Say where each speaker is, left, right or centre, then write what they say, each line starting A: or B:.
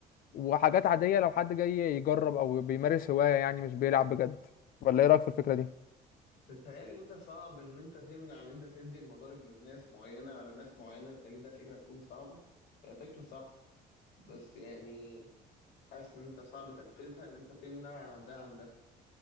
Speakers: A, on the left; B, on the left.
A: وحاجات عاديه لو حد جاي يجرب او بيمارس هوايه يعني مش بيلعب بجد ولا ايه رايك في الفكره دي
B: بتهيألي انت صعب ان انت تمنع ان انت تدي المضارب للناس معينة على ناس معينة بتهيألي ده فكرة تكون صعبة هي فكرة صح بس يعني حاسس ان انت صعب تنفيذها ان انت تمنع ده عن ده